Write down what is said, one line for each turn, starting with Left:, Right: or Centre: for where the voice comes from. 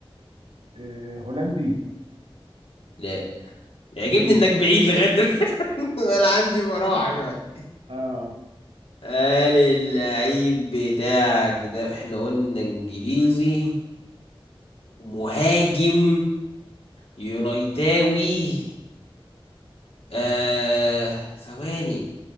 Right: آه، هولندي
Left: لا يعجبني
Right: ايه
Left: إنك بعيد لغاية دلوقتي <laughs> أنا عندي مراحل
Right: ايه ده
Left: دلوقتي
Right: اه
Left: قال اللعيب بتاعك ده احنا قلنا انجليزي مهاجم يونايتاوي آه ثواني